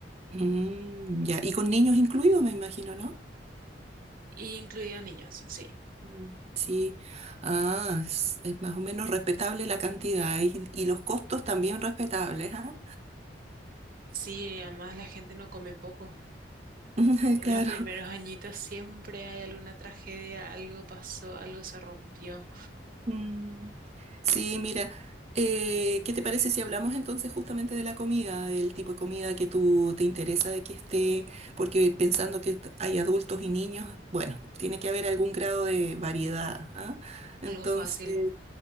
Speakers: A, on the right; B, on the right.
A: Mm, ya, y con niños incluidos, me imagino, ¿no?
B: y incluidos niños, sí.
A: Mm. Sí, ah, es, es más o menos respetable la cantidad y, y los costos también respetables, ¿ah?
B: Sí, además la gente no come poco.
A: <laughs>
B: En
A: Claro.
B: los primeros añitos siempre hay alguna tragedia, algo pasó, algo se rompió,
A: Mm, Sí, mira, eh, ¿qué te parece si hablamos entonces justamente de la comida, del tipo de comida que tú te interesa de que esté, porque pensando que t- hay adultos y niños, bueno, tiene que haber algún grado de variedad, ¿ah? Entonces...
B: algo fácil.